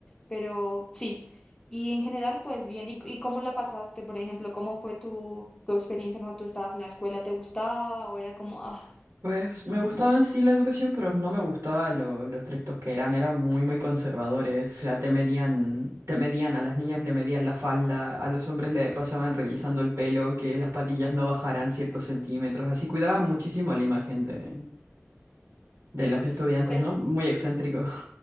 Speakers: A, on the left (about 15°); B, on the right (about 75°).
A: pero sí. Y en general, pues bien, ¿y, y cómo la pasaste? Por ejemplo, ¿cómo fue tu, tu experiencia cuando tú estabas en la escuela? ¿Te gustaba o era como, ah,
B: Pues me
A: mucho,
B: gustaba en sí la educación, pero no me gustaba lo, lo estrictos que eran, eran muy muy conservadores, o sea, te medían, te medían, a las niñas le medían la falda, a los hombres le pasaban revisando el pelo, que las patillas no bajaran ciertos centímetros, así cuidaban muchísimo la imagen de, de
A: uy,
B: los estudiantes,
A: pues
B: ¿no? Muy excéntrico.